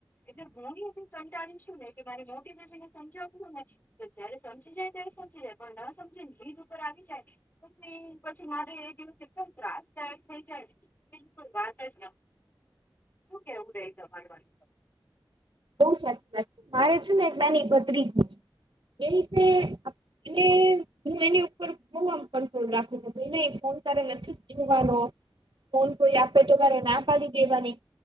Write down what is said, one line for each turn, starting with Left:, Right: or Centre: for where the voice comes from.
Left: એટલે હું એ કંટાળી શું ન કે મારી મોટી બેબીને સમજાવું ને તો જયારે સમજી જાય ત્યારે સમજી જાય પણ ન સમજી ને જીદ ઉપર આવી જાય પછી પછી મારે એ દિવસ એટલો ત્રાસદાયક થઈ જાય. બિલકુલ વાત જ શું કેવું રે તમાર વાત?
Right: બવ સાચી વાત છે મારે છે ને એકદાની ભત્રીજી છે એ રીતે એને હું એની ઉપર બહુ આમ કંટ્રોલ રાખું છું, ફોન તારે નથી જોવાનો, ફોન કોઈ આપે તો કરે ના પાડી દેવાની.